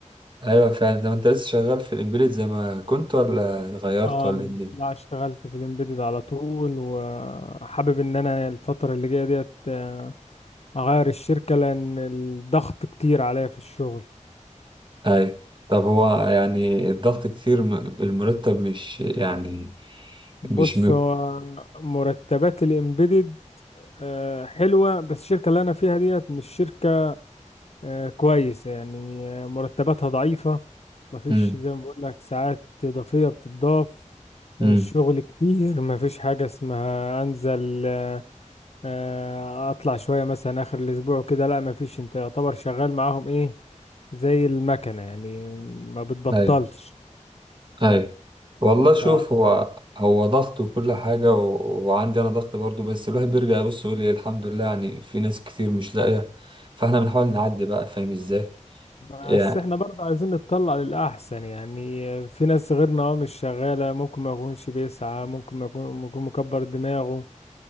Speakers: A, on the right; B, on the left.
A: أيوه فعلا ده أنت لسه شغال في الإمبيدد زي ما كنت ولا غيرت
B: اه
A: ولا إيه الدنيا
B: لا اشتغلت في الامبيدد على طول وحابب ان انا الفترة اللي جاية ديت آه، اغير الشركة لان الضغط كتير عليا في الشغل
A: أيوه طب هو يعني الضغط كتير م- المرتب مش يعني
B: بص
A: مش م...
B: هو مرتبات الامبيدد آه، حلوة بس الشركة اللي انا فيها ديت مش شركة آه، كويسة يعني آه، مرتباتها ضعيفة مفيش
A: مم.
B: زي ما بقول لك ساعات إضافية بتضاف
A: مم.
B: آه، الشغل كتير مفيش حاجة اسمها انزل آه، آه، اطلع شويه مثلا اخر الاسبوع كده لا ما فيش انت يعتبر شغال معاهم ايه زي المكنه يعني ما بتبطلش
A: أيوه اي والله شوف
B: ف
A: هو هو ضغط وكل حاجة و... وعندي أنا ضغط برضو بس الواحد بيرجع يبص يقول إيه الحمد لله يعني في ناس كتير مش لاقية فاحنا بنحاول نعدي بقى فاهم ازاي
B: بس
A: يعني
B: احنا برضه عايزين نتطلع للاحسن يعني في ناس غيرنا اه مش شغاله ممكن ما يكونش بيسعى ممكن ما يكون ممكن مكبر دماغه